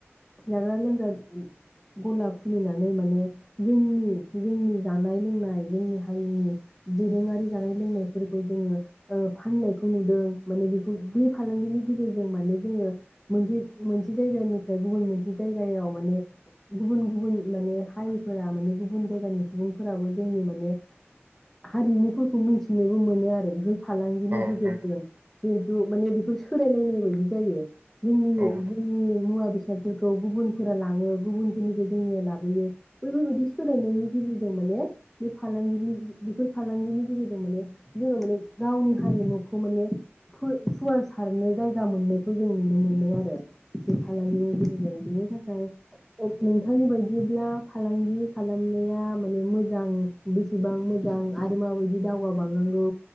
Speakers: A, in the centre; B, on the right.
A: जाग्रा लोंग्रा गला। खुलिनानै माने जोंनि जोंनि जानाय लोंनाय जोंनि हारिनि दोरोङारि जानाय लोंनायफोरखौ जोङो ओ फाननायखौ नुदों माने बेखौ बे फालांगिनि गेजेरजों माने जोङो मोनसे मोनसे जायगानिफ्राय गुबुन मोनसे जायगायाव माने गुबुन गुबुन माने हारिफोरा माने गुबुन जायगानि सुबुंफोराबो जोंनि माने हारिमुफोरखौ मिथिनोबो मोनो आरो बेफोर फालांगिनि
B: औ
A: गेजेरजों
B: नंगौ
A: जिहेथु माने बेफोर सोलायलायनाय बायदि जायो। जोंनि
B: औ नंगौ।
A: जोंनि मुवा बेसाद। बेसादफोरखौ गुबुनफोरा लाङो गुबुनफोरनिखौ जोंनिया लाबो लाबोयो बैफोरबायदि सोलायनायनि गेजेरजों माने बे फालांगिनि बेफोर फालांगिनि गेजेरजों माने जोङो माने गावनि हारिमुखौ माने फो फुवार सारनो जायगा मोननायखौ जों नुनो मोनदों आरो बे फालांगिनि गेजेरजों बेनि थाखाय नोंथांनि बाय जेब्ला फालांगि खालामनाया माने मोजां बेसेबां मोजां आरो माबायदि दावगाबांनांगौ